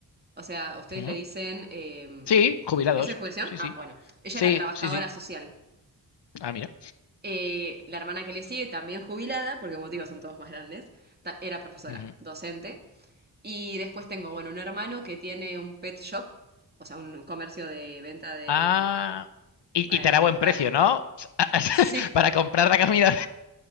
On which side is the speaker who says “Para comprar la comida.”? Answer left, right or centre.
Left